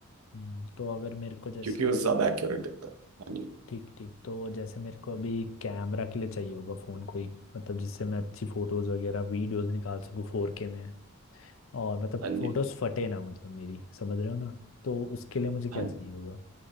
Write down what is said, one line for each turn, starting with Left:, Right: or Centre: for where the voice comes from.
Left: हम्म, तो अगर मेरे को जैसे
Right: क्योंकि वो ज़्यादा एक्यूरेट दिखता है हाँ जी
Left: ठीक ठीक तो वो जैसे मेरे को अभी कैमरा के लिए चाहिए होगा फ़ोन कोई मतलब जिससे मैं अच्छी फ़ोटोज़ वगैरह वीडियोज़ निकाल सकूँ फोर के में और मतलब
Right: हाँ जी
Left: फ़ोटोज़ फटे ना मतलब मेरी समझ रहे हो ना तो उसके लिए मुझे क्या
Right: हाँ जी
Left: चाहिए होगा